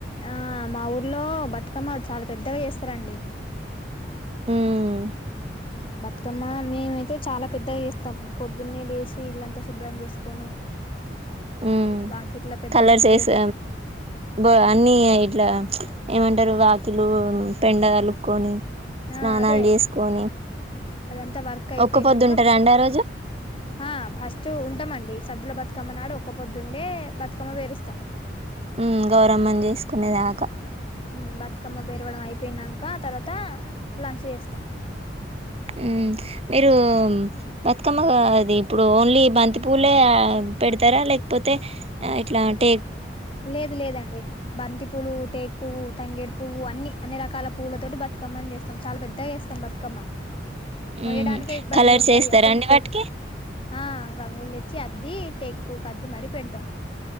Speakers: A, on the left; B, on the right.
A: ఆ మా ఊర్లో బత్ కమ్మ చాలా పెద్దగా చేస్తారండి
B: హ్మ్.
A: ఉ బతుకమ్మ మేమైతే చాలా పెద్దగా చేస్తాం పొద్దున్నే లేచి ఇల్లంతా శుభ్రం చేసుకొని
B: ఉ
A: వాకిట్ల పెద్ద
B: కలర్స్
A: ముగ్గేస్తాం
B: ఏసి వా అన్ని ఇట్లా ఏమంటారు వాకిలు పెండ కలుకొని స్నానాలు
A: ఆ అదే
B: చేసుకొని
A: అదంతా వర్క్ అయిపోయినాక
B: ఒక్క పొద్దు ఉంటారా అండి ఆ రోజు
A: ఆ ఫస్ట్ ఉంటామండి సద్దుల బతుకమ్మ నాడు ఒక్క పొద్దుండే బతుకమ్మని వేరుస్తాం
B: ఉమ్ గౌరమ్మని చేస్ పునేదాక
A: ఉ బత్ అకమ్మ పెరవడం అయిపోయినాంక తర్వాత లంచ్ చేస్తాం
B: ఉ మీరు బతుకమ్మ అది ఇప్పుడు ఓన్లీ బంతి పూలే పెడతారా లేకపోతే ఇట్లా అంటే
A: లేదు లేదండి బంతి పులు టేక్ పవ్ తంగే పువ్వు అన్ని అన్ని రకాల పువ్వులతో బతుకమ్మని చేస్తాం చాలా పెద్దగా చేస్తాం బతుకమ్మ మొయ్యడానికే
B: మ్మ్
A: ఇబ్బంది
B: కలర్స్
A: ఉంటది
B: వేస్తారా అండి వాటికి
A: ఆ రంగులు తె చ్చి అద్ది టేకిపువ్కి అద్ది మరి పెడతాం